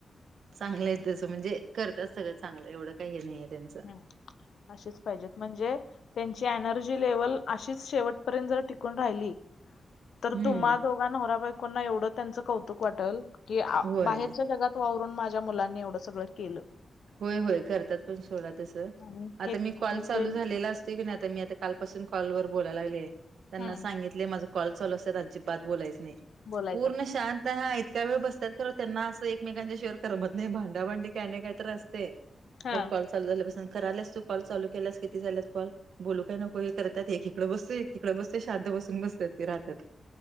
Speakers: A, on the right; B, on the left.
A: चांगलं
B: हम्म,
A: आहे तसं म्हणजे, करतात सगळं चांगलं एवढं काय हे नाही हाय त्यांचं.
B: हम अशीच पाहिजेत म्हणजे, त्यांची एनर्जी लेव्हल अशीच शेवटपर्यत, जर टिकून राहिली. तर
A: हम्म.
B: तुम्हा दोघां नवरा बायकोंना एवढं त्यांचं कौतुक वाटेल, कि आप
A: होय
B: बाहेरच्या जगात वावरून माझ्या मुलांनी एवढं सगळं केलं.
A: होय होय करतात, पण सोडा तसं
B: आणि
A: आता
B: हे
A: मी कॉल
B: म्हणजे
A: चालू झालेला असतोय, की आता मी आता काल <unintelligible> कॉल वर बोलायला लागले, त्यांना
B: हम्म
A: सांगितलयं, माझ कॉल चालू असत्यात अजिबात बोलायच नाही.
B: बोलायचं
A: पूर्ण
B: नाही
A: शांत <unintelligible> त्यावेळी बसतात खरं त्यांना असं एकमेकांच्या शिवाय करमत नाही, भांडाभांडी काय नाही, काय तर असतय. तर
B: हा
A: कॉल चालू झाल्या पासून कराल्यास, तू कॉल चालू केल्यास किती झाल्यात कॉल? बोलू काय नको हे करत्यात, एक इकडे बसतोयं एक तिकडे बसतोय शांत बसून बसत्यात. ति राहत्यात